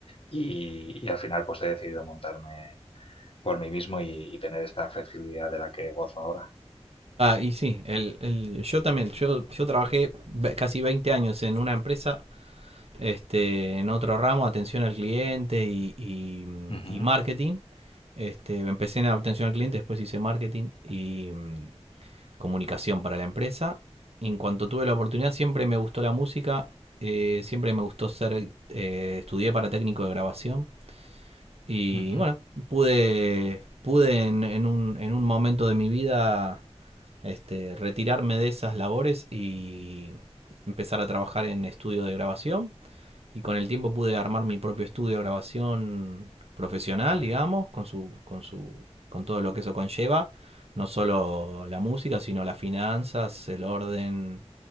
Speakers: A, on the left; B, on the right.
A: y, y al final pues he decidido montarme por mí mismo y, y tener esta flexibilidad de la que gozo ahora.
B: y sí, el, el- yo también, yo, yo trabajé casi 20 años en una empresa, este, en otro ramo, atención al cliente y, y,
A: Ujú,
B: y marketing. Este, empecé en atención al cliente, después hice marketing y, mm, comunicación para la empresa. En cuanto tuve la oportunidad, siempre me gustó la música, eh, siempre me gustó ser, eh, estudié para técnico de grabación y
A: ujú.
B: bueno, pude, pude en, en un, en un momento de mi vida este, retirarme de esas labores y empezar a trabajar en estudio de grabación y con el tiempo pude armar mi propio estudio de grabación profesional,
A: Muy
B: digamos,
A: bien,
B: con su, con su, con todo lo que eso conlleva, no solo la música, sino las finanzas, el orden,